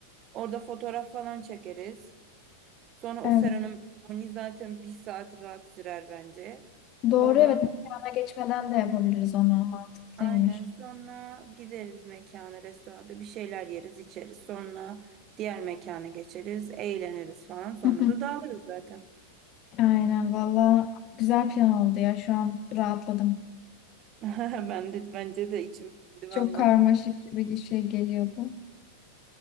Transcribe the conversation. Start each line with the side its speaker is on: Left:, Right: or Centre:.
Right: Orada fotoğraf falan çekeriz. Sonra
Left: Evet.
Right: o seremoni zaten bir saat rahat sürer bence.
Left: Doğru
Right: Oradan
Left: evet. Mekana geçmeden de yapabiliriz onu. Mantıklıymış.
Right: Aynen. Sonra gideriz mekana, restoranda bir şeyler yeriz, içeriz. Sonra diğer mekana geçeriz, eğleniriz falan. Sonra
Left: Hı hı.
Right: da dağılırız zaten.
Left: Aynen valla güzel plan oldu ya. Şu an rahatladım.
Right: <laughs> Ben de, bence de içim sindi
Left: Çok
Right: valla.
Left: karmaşık gibi bir şey geliyordu.